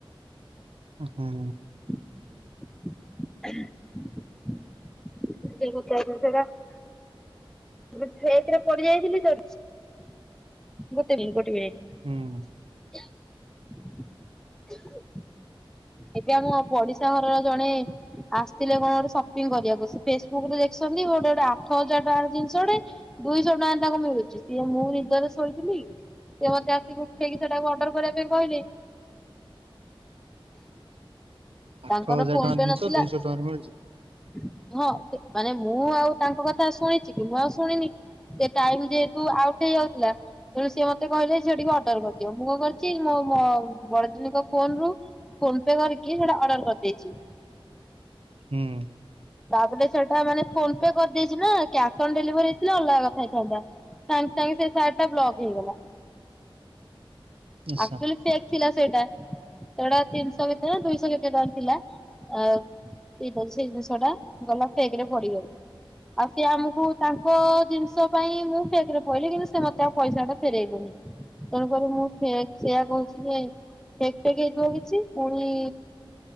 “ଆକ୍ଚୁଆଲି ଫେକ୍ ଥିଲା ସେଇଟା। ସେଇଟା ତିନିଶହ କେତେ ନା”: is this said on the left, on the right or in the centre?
Centre